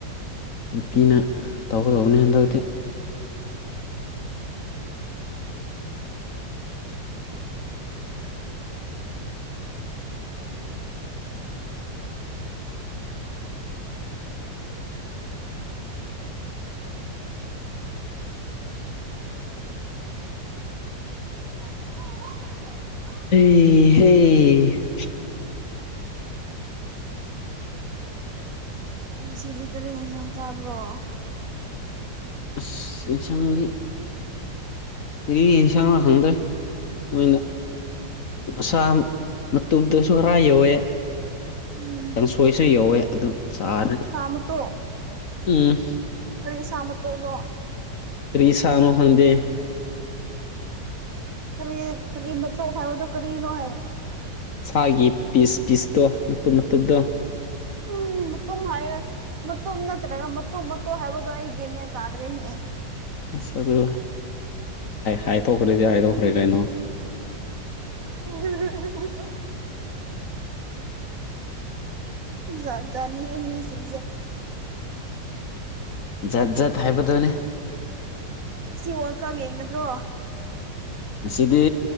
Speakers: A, on the left (about 55°); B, on the right (about 55°).
A: ꯅꯨꯄꯤꯅ ꯇꯧꯒꯗꯧꯕꯅꯤ ꯍꯟꯗꯛꯇꯤ
B: <inaudible> <unintelligible>
A: ꯑꯦ ꯍ ꯩ
B: ꯉꯁꯤꯗꯤ ꯀꯔꯤ ꯍꯟꯁꯥꯡ ꯆꯥꯕ꯭ꯔꯣ
A: ꯑꯁ ꯌꯦꯟꯁꯥꯡꯗꯤ ꯀꯔꯤ ꯌꯦꯟꯁꯥꯡꯂ ꯈꯪꯗ꯭ꯔꯦ ꯃꯣꯏꯅ ꯁꯥ ꯃꯇꯨꯞꯗꯁꯨ ꯈꯔ ꯌꯧꯋꯦ
B: ꯎꯝ
A: ꯀꯥꯡꯁꯣꯏꯁꯨ ꯌꯧꯋꯦ ꯑꯗꯨ ꯆꯥꯔꯦ
B: ꯁꯥ ꯃꯇꯣꯛ
A: ꯎꯝ
B: ꯀꯔꯤ ꯁꯥ ꯃꯇꯣꯡꯂꯣ
A: ꯀꯔꯤ ꯁꯥꯅꯣ ꯈꯪꯗꯦ
B: ꯀꯔꯤ ꯀꯔꯤ <unintelligible> ꯍꯥꯏꯕꯗꯣ ꯀꯔꯤꯅꯣ ꯍꯥꯏꯕ
A: ꯁꯥꯒꯤ ꯄꯤꯁ ꯄꯤꯁꯇꯣ ꯃꯇꯨꯝ ꯃꯇꯨꯝꯗꯣ
B: ꯎꯝ ꯃꯇꯣꯡ ꯍꯥꯏꯌꯣ ꯃꯇꯨꯝ ꯅꯠꯇ꯭ꯔꯒ ꯃꯇꯨꯝ ꯃꯇꯨꯝ ꯍꯥꯏꯕꯗꯣ ꯑꯩ ꯒ꯭ꯌꯥꯟ ꯃꯥꯟ ꯇꯥꯗ꯭ꯔꯦꯅꯦ
A: ꯑꯁ ꯑꯗꯨ ꯍꯥꯏꯗꯣꯛꯈ꯭ꯔꯗꯤ ꯍꯥꯏꯗꯣꯛꯈ꯭ꯔꯦ ꯀꯩꯅꯣ
B: ꯎꯝ <unintelligible> ꯖꯥꯠ ꯖꯥꯠꯅꯤꯍꯦ ꯃꯤꯁꯤꯡꯁꯦ
A: ꯖꯥꯠ ꯖꯥꯠ ꯍꯥꯏꯕꯗꯨꯅꯦ
B: ꯉꯁꯤ ꯋꯔꯥꯜ ꯀꯕ ꯌꯦꯡꯒꯗ꯭ꯔꯣ
A: ꯉꯁꯤꯗꯤ